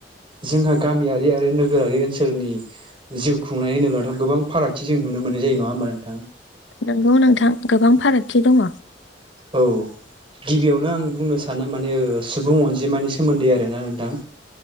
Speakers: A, on the right; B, on the left.
A: जोंहा गामियारि आरो नोगोरारि ओनसोलनि जिउ खुंनाय होनोब्लाथ' गोबां फारागथि जों नुनो मोननाय जायो नङा होमबा नोंथां।
B: नोंगौ नोंथां गोबां फारागथि दङ।
A: औ। गिबियावनो आं बुंनो सानो माने सुबुं अनजिमानि सोमोन्दै आरोना नोंथां